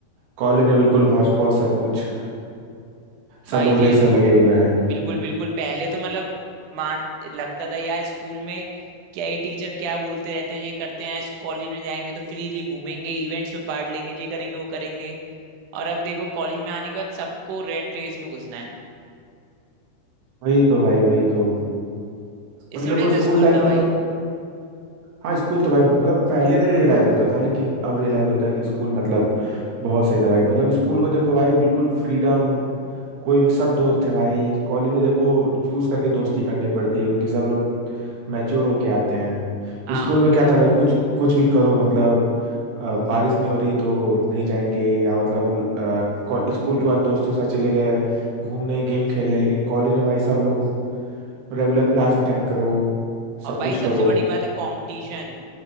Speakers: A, on the right; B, on the right.
A: कॉलेज में बिल्कुल हौच पौच सब कुछ
B: भाई
A: सब लोग
B: ये
A: रेस
B: तो
A: में लगे हुए हैं
B: बिल्कुल बिल्कुल पहले तो मतलब मान लगता था यार स्कूल में क्या ये टीचर क्या बोलते रहते हैं ये करते हैं इस कॉलेज में जाएंगे तो फ्रीली घूमेंगे इवेंट्स में पार्ट लेंगे ये करेंगे वो करेंगे और अब देखो कॉलेज में आने के बाद सबको रेट रेस में घुसना है
A: वही तो भाई वही तो
B: इससे
A: मतलब देखो
B: बढ़िया तो
A: स्कूल
B: स्कूल
A: लाइफ
B: था
A: में
B: भाई
A: हम लोग हाँ स्कूल तो भाई मतलब पहले नहीं रियलाइज होता था लेकिन अब रियलाइज होता है कि स्कूल मतलब बहुत सही था भाई मतलब स्कूल को देखो भाई बिल्कुल फ्रीडम कोई भी सब दोस्त है भाई कॉलेज में देखो चूज करके दोस्ती करनी पड़ती है क्योंकि सब लोग मैच्योर होके आते हैं
B: हाँ
A: स्कूल में क्या था भाई कुछ कुछ भी करो मतलब अ, बारिश नहीं हो रही तो नहीं जाएंगे या मतलब अ, कॉल- स्कूल के बाद दोस्तों के साथ चले गए घूमने गेम खेलने लेकिन कॉलेज में भाई सब लोग रेगुलर क्लास अटेंड करो
B: और
A: सब
B: भाई
A: कुछ
B: सबसे
A: करो
B: बड़ी बात है कंपटीशन